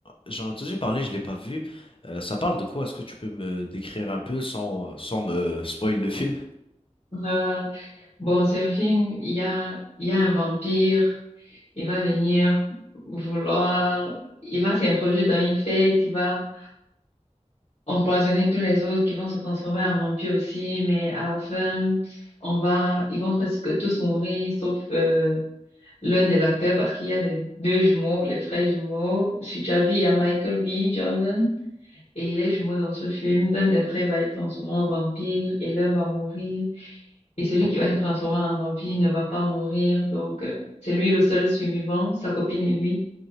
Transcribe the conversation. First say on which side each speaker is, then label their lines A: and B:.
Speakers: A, on the left (about 45°); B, on the left (about 60°).
A: j'en ai entendu parler, je l'ai pas vu. Euh, ça parle de quoi? Est-ce que tu peux me décrire un peu sans, sans me spoil le film?
B: Euh, bon, c'est un film, il y a, il y a un vampire, il va venir vouloir, il va s'introduire dans une fête, il va empoisonner tous les autres qui vont se transformer en vampires aussi, mais à la fin, on va, ils vont presque tous mourir, sauf euh, l'un des acteurs, parce qu'il y a les deux jumeaux, les frères jumeaux. Sur Chavi, il y a Michael B. Jordan. Et les jumeaux dans ce film, l'un des frères va être transformé en vampire et l'un va mourir. Et celui qui va être transformé en vampire ne va pas mourir. Donc, euh, c'est lui le seul survivant, sa copine et lui,